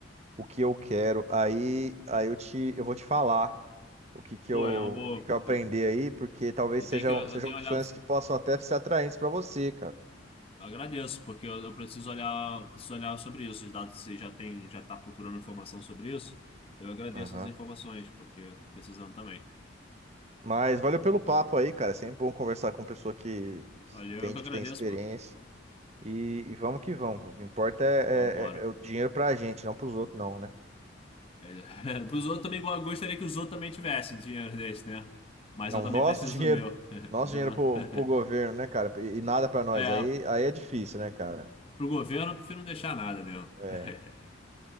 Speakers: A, on the right; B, on the left.
A: o que eu quero. Aí, aí eu te, eu vou te falar o que que
B: pô,
A: eu,
B: é uma boa.
A: o que que eu aprendi
B: Eu,
A: aí, porque talvez
B: eu
A: sejam,
B: tenho que, eu
A: sejam
B: tenho
A: opções
B: olhado.
A: que possam até ser atraentes para você, cara.
B: Agradeço, porque eu, eu preciso olhar, preciso olhar sobre isso. Os dados que você já tem, já está procurando informação sobre isso. Eu agradeço
A: Aham.
B: as informações, porque eu tô precisando também.
A: Mas valeu pelo papo aí, cara. É sempre bom conversar com pessoa que, que
B: Olha,
A: entende,
B: eu que agradeço,
A: que tem experiência.
B: pô.
A: E, e vamos que vamos. O que importa é,
B: Vambora.
A: é- é é o dinheiro pra gente, não pros outros, não, né?
B: É, <laughs> pros outros também, eu gostaria que os outros também tivessem dinheiro desse, né? Mas
A: Não,
B: eu também
A: o nosso
B: preciso
A: <laughs> dinheiro,
B: do meu. <laughs>
A: nosso
B: Do
A: dinheiro
B: Não-
A: pro,
B: <laughs>
A: pro governo, né, cara? E, e nada pra nós.
B: É,
A: Aí, aí é difícil, né, cara?
B: Pro governo, eu prefiro não deixar nada mesmo.
A: É.
B: <laughs>